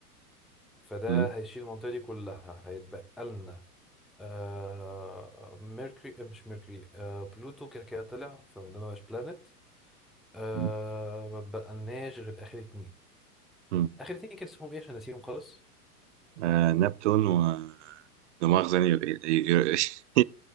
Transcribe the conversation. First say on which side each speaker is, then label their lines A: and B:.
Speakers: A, in the centre; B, on the right.
A: فده
B: مم،
A: هيشيل المنطقة دي كلها هيتبقى لنا آه ميركوري آه، مش ميركوري آه بلوتو كده كده طلع فده مبقاش بلانت آه
B: مم،
A: ما بقالناش غير اخر اتنين
B: مم.
A: اخر اتنين كان اسمهم ايه عشان نسيهم خالص
B: آه، نبتون و دماغ يعني يوريدس <laughs>